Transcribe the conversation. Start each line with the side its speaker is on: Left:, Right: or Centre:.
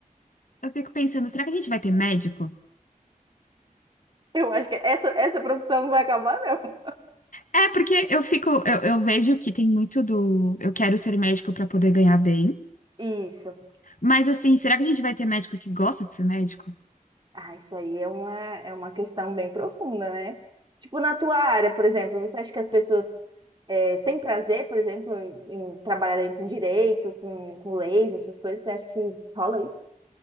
Left: Eu fico pensando, será que a gente vai ter médico?
Right: Eu acho que essa, essa profissão não vai acabar, não.
Left: É, porque eu fico, eu, eu vejo que tem muito do eu quero ser médico para poder ganhar bem.
Right: Isso.
Left: Mas assim, será que a gente vai ter médico que gosta de ser médico?
Right: Ah, isso aí é uma, é uma questão bem profunda, né? Tipo, na tua área, por exemplo, você acha que as pessoas eh, têm prazer, por exemplo, em, em trabalharem com direito, com, com leis, essas coisas? Você acha que rola isso?